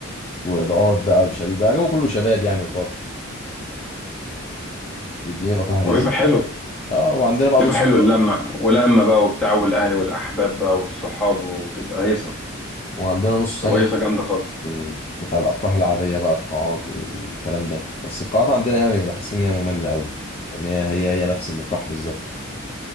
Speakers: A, on the left; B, in the centre.
A: وإضاءات بقى وشباب بقى جو كله شباب يعني وطاقة بيديهم الأفراح اللذيذة
B: هو بيبقى حلو
A: اه وعندنا بقى
B: بتبقى
A: نص
B: حلو اللمة ولمة بقى وبتاع والأهل والأحباب بقى والصحاب وتبقى هيصة
A: وعندنا نص
B: تبقى
A: ثاني بقى
B: هيصة جامدة خالص
A: آه، بتاع الأفراح العادية بقى القاعات والكلام ده بس القاعات عندنا يعني بحس إن هي مملة أوي يعني هي هي هي نفس الأفراح بالظبط